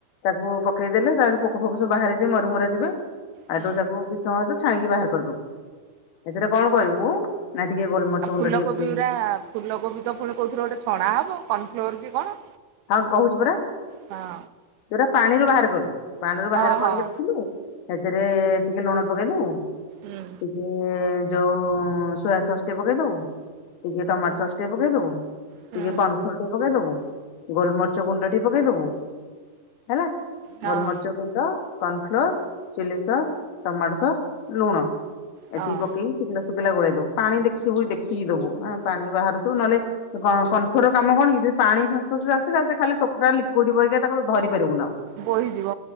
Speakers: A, on the left (about 85°); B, on the right (about 85°).
A: ତାକୁ ପକେଇଦେଲେ ତାରେ ପୋକ ଫୋକ ସବୁ ବାହାରିଯିବେ ମରି ମୁରା ଯିବେ। ହେଠୁ
B: ହୁଁ।
A: ତାକୁ କିଛି ସମୟ ହେଠୁ ଛାଣିକି ବାହାର କରିଦବୁ ହେଥିରେ କଣ କହିବୁ ନାହିଁ ଟିକେ ଗୋଲମରିଚ
B: ଆଉ ଫୁଲକୋବି
A: ଗୁଣ୍ଡ ଟିକେ ପକେଇଦେ।
B: ଗୁରା ଫୁଲକୋବି ତ ପୁଣି କହୁଥିରେ ଗୋଟେ ଛଣା ହେବ କର୍ଣ୍ଣଫ୍ଲୋର କି କଣ?
A: ହଁ କହୁଛିୁ ପରା
B: ହଁ
A: ହେରା ପାଣିରୁ ବାହାର କଲୁ ପାଣିରୁ
B: ହଁ
A: ବାହାର କରିକି
B: ହଁ
A: ରଖିଲୁ ହେଥେରେ ଟିକେ ଲୁଣ ପକେଇଦଉ
B: ହୁଁ।
A: ଟିକେ ଯୋଉ ସୋୟା ସସ୍ ଟିକେ ପକେଇଦବୁ ଟିକେ ଟମାଟୋ ସସ୍ ଟିକେ ପକେଇଦବୁ।
B: ହୁଁ
A: ଟିକେ କର୍ନ୍ ପ୍ଲୋର୍ ଟିକେ ପକେଇଦବୁ ଗୋଲମରିଚ ଗୁଣ୍ଡ ଟିକେ ପକେଇଦବୁ ହେଲା
B: ହଁ
A: ଗୋଲ୍ ମରିଚ ଗୁଣ୍ଡ cornflour chilli sauce tomato sauce ଲୁଣ
B: ହଁ
A: ଏତିକି ପକେଇ ଶୁଖିଲା ଗୋଳେଇ ଦବୁ ପାଣି ଦେଖିବୁ ଦେଖିକି ଦବୁ ପାଣି ବାହାରୁଥିବ ନହେଲେ କ କର୍ନ ଫ୍ଲୋର୍ କାମ କଣକି ଯଦି ପାଣି ସଂସ୍ପର୍ଶରେ ଆସିଲା ସେ ଖାଲି ଟୋଟାଲି ଲିକ୍ୟୁଇଡ ପରିକା ତାକୁ ଧରି ପାରିବୁନୁ ଆଉ
B: ବୋହିଯିବ।